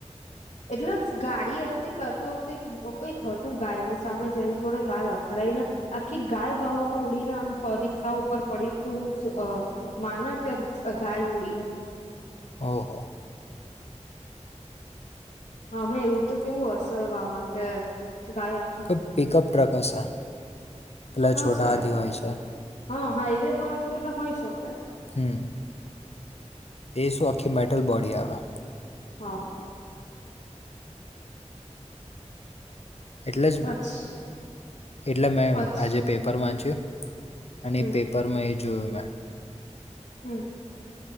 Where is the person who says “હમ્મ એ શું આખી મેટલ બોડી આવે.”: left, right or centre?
Left